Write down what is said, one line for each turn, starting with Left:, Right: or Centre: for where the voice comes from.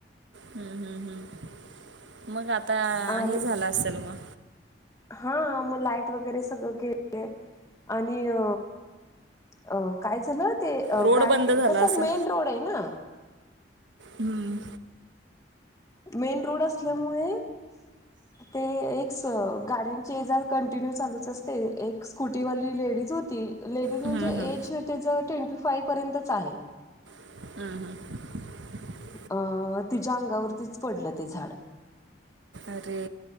Right: हम्म हम्म हम्म मग आता
Left: आणि
Right: हे झालं असेल म.
Left: हा मग लाईट वगैरे सगळं आणि अ अ काय झालं ते
Right: रोड
Left: गाडी
Right: बंद झाला
Left: कसं
Right: असेल
Left: मेन रोड आहे ना
Right: हम्म.
Left: मेन रोड असल्यामुळे ते एक स गाड्यांचे एजार कंटिन्यू चालूच असते एक स्कूटीवाली लेडीज होती लेडीज म्हणजे
Right: हम्म, हम्म,
Left: एज त्याचा ट्वेंटी फाय पर्यंतच आहे
Right: हम्म हम्म.
Left: अ तिच्या अंगावरतीच पडलं ते झाड.
Right: अरे